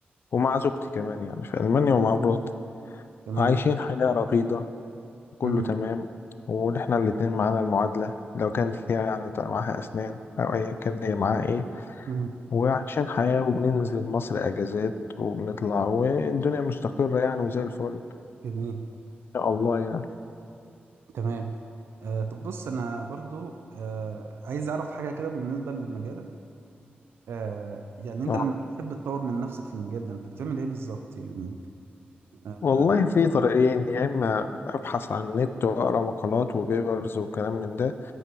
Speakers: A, on the left; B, on the right.
A: ومع زوجتي كمان يعني في ألمانيا ومع مراتي
B: تمام
A: عايشين حياة رغيدة وكله
B: مهم.
A: تمام ونحنا الاتنين معانا المعادلة لو كانت هي يعني تع- معاها أسنان أو أيا كان هي معاها إيه
B: مهم.
A: وعايشين حياة وبننزل مصر أجازات وبنطلع والدنيا مستقرة يعني وزي الفل
B: جميل
A: إن شاء الله يعني
B: تمام آه طب بص انا برضو آه عايز اعرف حاجه كده بالنسبه لمجالك آه يعني انت
A: آه.
B: لما بتحب تطور من نفسك في المجال ده انت بتعمل ايه بالظبط يعني آه
A: والله في طريقين يا إما أبحث عن النت وأقرأ مقالات وبيبرز وكلام من ده